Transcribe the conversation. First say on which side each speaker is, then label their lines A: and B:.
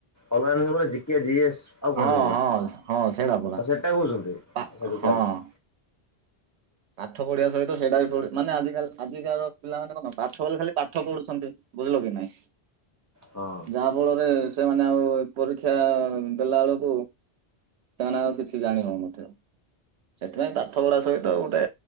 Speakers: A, on the left (about 25°); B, on the right (about 85°).
A: ଅନଲାନରେ ଗୋଟେ ଜିକେ ଜିଏସ୍ ଆଉ କଣ
B: ହଁ
A: କିବା
B: ହଁ
A: ଆଉ
B: ହଁ ସେଇଟା ପରା
A: ସେଟା କୋହୁଛନ୍ତି
B: ପା
A: ସେଠା
B: ହଁ।
A: ଚାଲିଛି।
B: ପାଠ ପଢିବା ସହି ତ ସେଇଟା ବି ପଡେ ମାନେ ଆଜିକାଲ୍ ଆଜିକା ପିଲାମାନେ କଣ ପାଠ ବୋଲେ ଖାଲି ପାଠ ପଢୁଛନ୍ତି ବୁଝିଲ କି ନାଇଁ।
A: ହଁ
B: ଯାହାଫଳରେ ସେମାନେ ଆଉ ଏ ପରୀକ୍ଷା ଦେଲାବେଳକୁ ସେମାନଙ୍କ କିଛି ଜାଣି ହୋଉନଥିବ ସେଥିପାଇଁ ପାଠ ପଢା ସହିତ ଗୋ ଏ